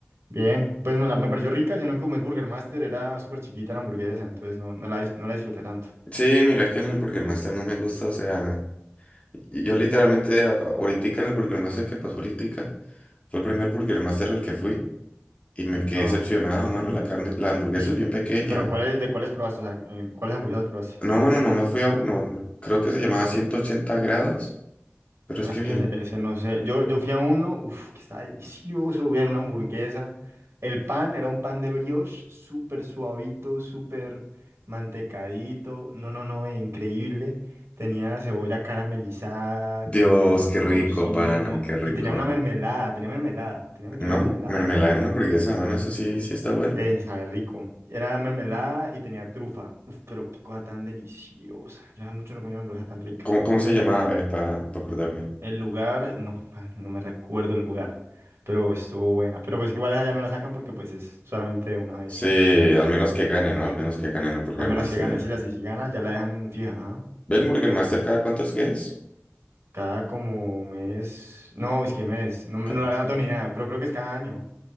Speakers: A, on the right (about 85°); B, on the left (about 30°).
A: Bien, pues me, la- me pareció rica, sino que como es Burger Master, era súper chiquita la hamburguesa, entonces no, no la, dis- no la disfruté tanto.
B: Sí, mira que en el Burger Master no me gusta, o sea, yo literalmente a- ahorita en el Burger Master que pasó ahorita fue el primer Burger Master al que fui y me quedé
A: Ah,
B: decepcionado, mano, la carne, la hamburguesa
A: ¿sí?
B: es bien pequeña.
A: Pero ¿cuáles, de cuáles probaste? O sea, eh, ¿cuáles hamburguesas probaste?
B: No, mano, no me fui a uno, creo que se llamaba
A: Ah,
B: ciento ochenta grados, pero es
A: ah,
B: que
A: es
B: bien.
A: que ese, ese no sé. Yo, yo fui a uno, uff, que está delicioso. Vean, una hamburguesa. El pan era un pan de brioche, súper suavito, súper mantecadito. No, no, no, eh, increíble. Tenía cebolla caramelizada,
B: Dios,
A: tenía
B: qué rico,
A: tocino
B: pana, qué rico.
A: y tenía una mermelada, tenía mermelada, tenía metido
B: Una
A: mermelada,
B: hambu- mermelada
A: eso.
B: en una hamburguesa, mano, eso sí, sí está bueno.
A: Eh, sabe rico. Era mermelada y tenía trufa. Uf, pero qué cosa tan deliciosa. Yo hace mucho no comía una hamburguesa tan rica.
B: ¿Cómo, cómo se llamaba, eh, para acordarme?
A: El lugar, no, ah, no me recuerdo el lugar, pero estuvo buena. Pero pues que igual esa ya no la sacan porque pues es solamente una vez.
B: Sí, al menos que gane, ¿no? Al menos que gane en el Burger
A: A menos
B: Master.
A: que gane. Si la si gana, ya la dejan fija, ajá.
B: ¿Ve el Burger Master cada cuánto es que es?
A: Cada como mes. No, es que mes. No, no
B: Ca-
A: la verdad no tengo ni idea, pero creo que es cada año.